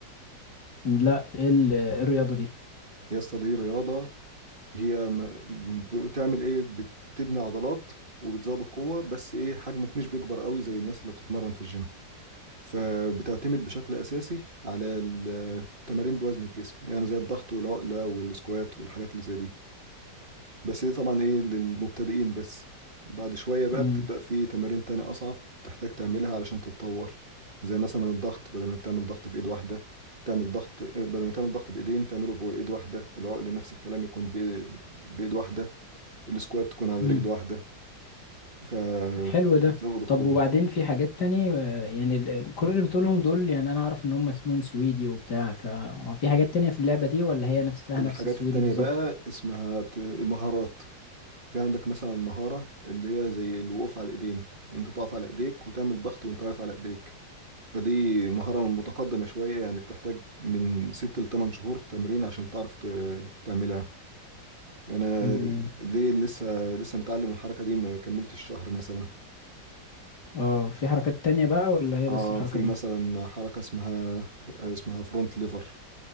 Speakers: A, on the left; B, on the right.
A: لا ايه ال- إيه الرياضة دي
B: يا اسطى دي رياضة هي م- م- بتعمل ايه بتبني عضلات وبتزود القوة بس ايه حجمك مش بيكبر قوي زي الناس اللي بتتمرن في الجيم فبتعتمد بشكل اساسي على التمارين بوزن الجسم يعني زي الضغط والعقلة والسكوات والحاجات اللي زي دي بس دي طبعا ايه للمبتدئين بس بعد شوية بقى
A: مم.
B: بتبدأ في تمارين تانية أصعب تحتاج تعملها علشان تتطور زي مثلا الضغط بدل ما بتعمل ضغط بإيد واحدة تعمل ضغط بدل ما تعمل ضغط بإيدين تعمله بإيد واحدة العقل نفس الكلام يكون بإيد, بإيد واحدة السكوات تكون على
A: مم.
B: رجل واحدة فبتزود
A: حلو ده
B: القوة
A: طب وبعدين في حاجات تانية آه، يعني ال- كل اللي بتقولهم دول يعني انا اعرف ان هم اسمهم سويدي وبتاع ففي حاجات تانية في اللعبة دي ولا هي نفسها
B: الحاجات
A: نفس السويدي
B: التانية
A: بالظبط
B: بقى اسمها بت... المهارات في عندك مثلا مهارة اللي هي زي الوقوف على الإيدين انت تقف على ايديك وتعمل ضغط وانت واقف على ايديك فدي مهارة متقدمة شوية يعني بتحتاج من ست لتمن شهور تمرين عشان تعرف ت- تعملها أنا
A: امم
B: ليه لسه لسه متعلم الحركة دي ما كملتش شهر مثلا
A: اه في حركات تانية بقى ولا هي
B: اه
A: بس الحركة
B: في
A: دي
B: مثلا حركة اسمها اسمها فرونت ليفر